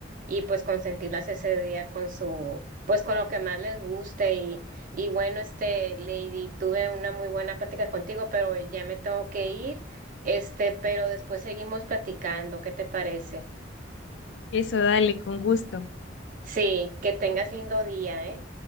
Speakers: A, on the right; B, on the left.
A: y pues consentirlas ese día con su, pues con lo que más les guste. Y, y bueno, este, Lady, tuve una muy buena plática contigo, pero ya me tengo que ir, este, pero después seguimos platicando, ¿qué te parece?
B: Eso, dale, con gusto.
A: Sí, que tengas lindo día, ¿eh?